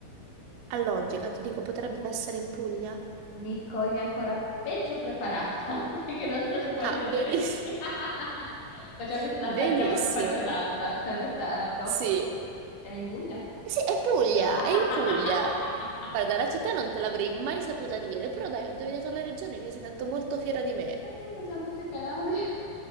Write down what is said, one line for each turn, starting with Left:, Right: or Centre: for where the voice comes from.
Right: A logica, ti dico, potrebbe essere in Puglia?
Left: Mi coglie ancora peggio preparata, <laughs> perché non so di quale
Right: Ah,
Left: regione
Right: benissimo.
Left: sia. <laughs> Facciamo così,
Right: <laughs>
Left: la
Right: Benissimo.
Left: saltiamo e ti faccio un'altra. Sarebbe Taranto.
Right: Sì,
Left: Era in Puglia?
Right: Sì, è Puglia,
Left: <laughs>
Right: è in Puglia. Guarda, la città non te l'avrei mai saputa dire, però dai, ho indovinato la regione e mi sento molto fiera di me.
Left: Io pensavo fosse Calabria.